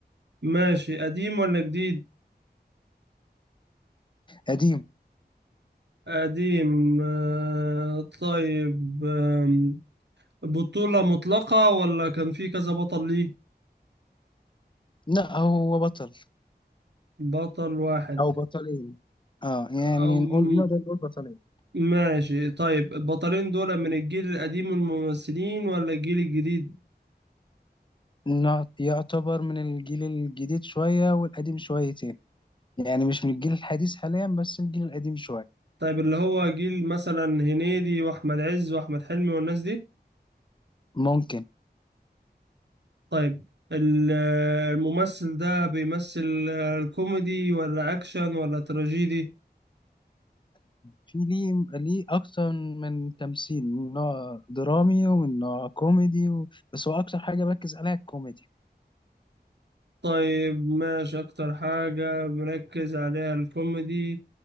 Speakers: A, on the right; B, on the left.
A: ماشي قديم ولا جديد
B: قديم
A: قديم آه طيب آم، بطولة مطلقة ولا كان في كذا بطل ليه
B: لا هو بطل
A: بطل واحد
B: او بطلين اه يعني
A: أم
B: نقول نقدر نقول بطلين
A: ماشي طيب البطلين دول من الجيل القديم من الممثلين ولا الجيل الجديد
B: إنه يعتبر من الجيل الجديد شوية والقديم شويتين يعني مش من الجيل الحديث حاليا بس الجيل القديم شوية
A: طيب اللي هو جيل مثلا هنيدي واحمد عز واحمد حلمي والناس دي
B: ممكن
A: طيب ال- الممثل ده بيمثل الكوميدي ولا أكشن ولا تراجيدي
B: في ليه ليه أكتر من تمثيل من نوع درامي ومن نوع كوميدي و... بس هو أكتر حاجة بركز عليها الكوميدي
A: طيب ماشي أكتر حاجة مركز عليها الكوميدي